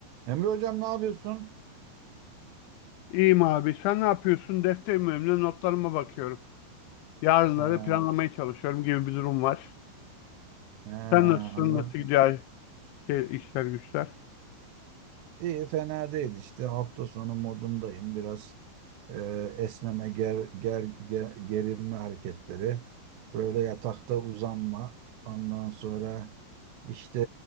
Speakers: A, on the right (about 65°); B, on the left (about 75°).
A: Emre hocam ne yapıyorsun?
B: İyiyim abi. Sen ne yapıyorsun? Defterim önümde notlarıma bakıyorum. Yarınları
A: Ha,
B: planlamaya çalışıyorum gibi bir durum var.
A: he,
B: Sen nasılsın?
A: anladım.
B: Nasıl gidiyor şey, işler güçler?
A: İyi fena değil işte hafta sonu modundayım biraz e, esneme ger, ger, ger- gerilme hareketleri böyle yatakta uzanma ondan sonra işte